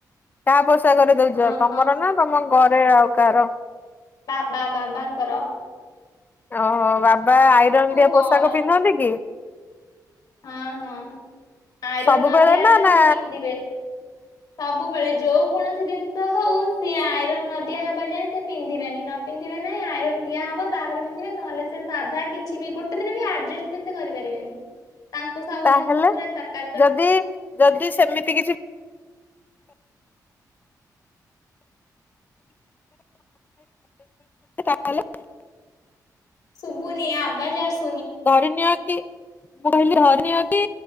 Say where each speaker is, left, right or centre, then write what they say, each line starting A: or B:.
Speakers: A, on the left; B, on the left.
A: ତାହା କରି ଦଉଛ
B: ହଁ
A: ତମର
B: ହଁ
A: ନା ତମ ଘରେ ଆଉ କାହାର?
B: ବା ବା ବାବା ମାମା ଙ୍କର।
A: ହଁ ବାବା ଆଇରନ୍ ଦିଆ
B: ଗରମ
A: ପୋଷାକ ପିନ୍ଧନ୍ତି କି?
B: ହଁ ହଁ ଆଇରନ୍
A: ସବୁବେଳେ
B: ନ ଦିଆହଲେ
A: ନା ନା
B: ସେ ପିନ୍ଧିବେନି। ସବୁବେଳେ ଯୋଉ କୌଣସି ଜିନିଷ ହଉ ସିଏ ଆଇରନ ନ ଦିଆ ହବା ଯାଏଁ ସେ ପିନ୍ଧିବେନି ନ ପିନ୍ଧି ନାଇଁ ଆଇରନ୍ ଦିଆ ହବ ତାପରେ ପିନ୍ଧିବେ ନହେଲେ ସେ ସାଧା କିଛି ବି ଗୋଟେ ଦିନ ବି ଆଡଯଷ୍ଟେ ବି ସେ କରିପାରିବେନି। ତାଙ୍କୁ ସବୁ
A: ତାହେଲେ
B: ଜିନିଷ ପୁରା ଚକାଚକ
A: ଯଦି ଯଦି ସେମିତି କିଛି ତାହଲେ <unintelligible>
B: ସୁୁବୁନି ଆବଜ୍ ଆସୁନି?
A: ଧରି ନିଅ କି ମୁଁ କହିଲି ଘରେ ଧ କଣ କି